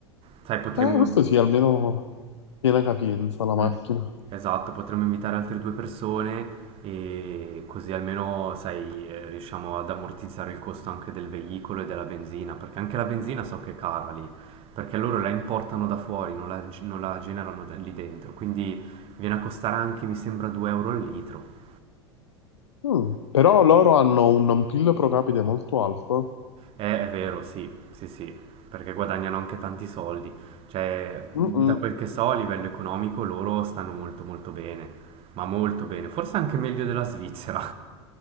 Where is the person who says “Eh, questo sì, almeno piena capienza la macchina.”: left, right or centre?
Left